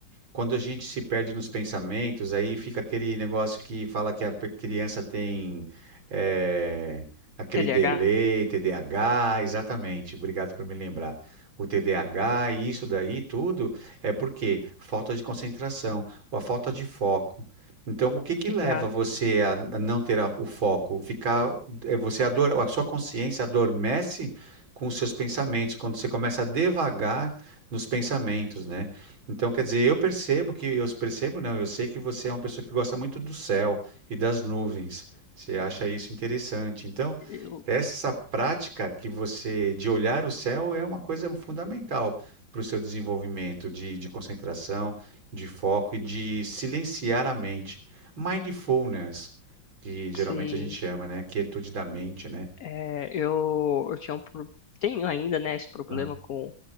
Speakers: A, on the right; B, on the left.
A: quando a gente se perde nos pensamentos, aí fica aquele negócio que fala que a pe- criança tem eh, aquele
B: T D
A: delay,
B: A H,
A: TDAH, exatamente. Obrigado por me lembrar. O TDAH e isso daí tudo é porque falta de concentração, ou a falta de foco. Então, o que que
B: exato.
A: leva você a a não ter a- o foco? Ficar, é, você ador, a sua consciência adormece com os seus pensamentos, quando você começa a devagar nos pensamentos, né? Então, quer dizer, eu percebo que, eu percebo não, eu sei que você é uma pessoa que gosta muito do céu e das nuvens. Você acha isso interessante. Então,
B: Eu,
A: essa prática que você de olhar o céu é uma coisa fundamental para o seu desenvolvimento de, de concentração, de foco e de silenciar a mente. Mindfulness, que geralmente
B: sim,
A: a gente chama, né? Quietude da mente, né?
B: é, eu, eu tinha um, pro- tenho ainda, né, esse problema
A: Aham.
B: com